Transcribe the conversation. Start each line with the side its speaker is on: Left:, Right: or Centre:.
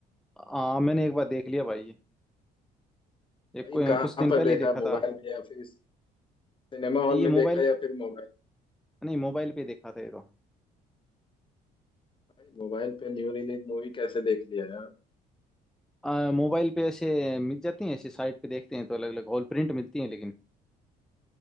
Centre: आ, मैंने एक बार देख लिया भाई ये एक
Left: भाई
Centre: को-
Left: कहाँ
Centre: कुछ दिन
Left: पर
Centre: पहले
Left: देखा
Centre: ही देखा
Left: मोबाइल
Centre: था
Left: में या फिर सिनेमा हॉल
Centre: ये
Left: में
Centre: मोबाइल
Left: देखा या फिर मोबाइल
Centre: नहीं मोबाइल पे देखा था ये तो
Left: भाई मोबाइल पे न्यू रिलीज मूवी कैसे देख लिया यार
Centre: आ, मोबाइल पे ऐसे मिल जाती हैं ऐसे साइट पे देखते हैं तो अलग अलग हॉल प्रिंट मिलती हैं लेकिन